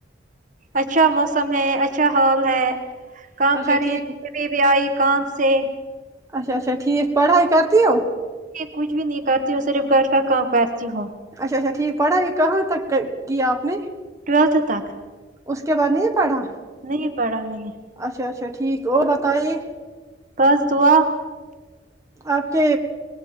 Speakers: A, on the right; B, on the right.
A: اچھا موسم ہے اچھا ہال ہے کام
B: اچھا
A: کری
B: ٹھیک
A: ک بھی بھی آئی کان سے
B: اچھا اچا ٹھیک پڑھائی کرتی ہو
A: کچھ بھی نہیں کرتی ہوں صرف گھر کا کام کرتی جی ہوو
B: اچھا اچھا ٹھیک پڑھاائی کہاں تک کیا آپ نے
A: قت تک
B: اس کے بعد نہیں پڑھا
A: نہیں پڑا میں نے
B: اچھا اچھا ٹھیک اور بتائی
A: بس دعا
B: آپ کے